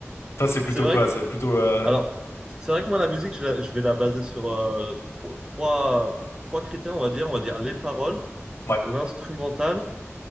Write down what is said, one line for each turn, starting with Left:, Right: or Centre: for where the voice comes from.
Left: Toi, c'est plutôt
Right: C'est vrai
Left: quoi? C'est plutôt. euh,
Right: Alors, c'est vrai que moi, la musique, je, la- je vais la baser sur euh, tro- trois, trois critères, on va dire. On va dire les paroles,
Left: Ouais.
Right: l'instrumental